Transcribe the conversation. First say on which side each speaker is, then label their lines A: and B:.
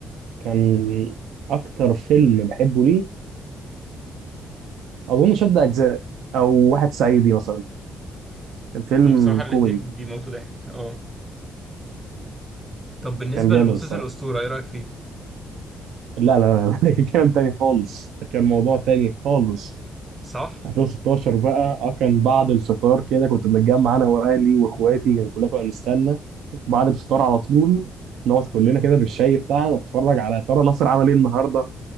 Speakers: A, on the right; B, on the right.
A: كان اكتر فيلم بحبه ليه اظن شد اجزاء او واحد صعيدي مثلا كان فيلم
B: هما بصراحة الاتنين
A: كوميدي
B: بيموتوا ضحك أه طب بالنسبة
A: كان جامد
B: للمسلسل
A: الصراحه
B: الأسطورة إيه رأيك فيه؟
A: لا لا لا <laughs> ده كان كلام تاني خالص ده كان موضوع تاني خالص
B: صح؟
A: 2016 بقى اه كان بعد الفطار كده كنت بنتجمع انا واهلي واخواتي يعني كلنا كنا نستنى بعد الفطار على طول نقعد كلنا كده بالشاي بتاعنا نتفرج على ترى نصر عمل ايه النهارده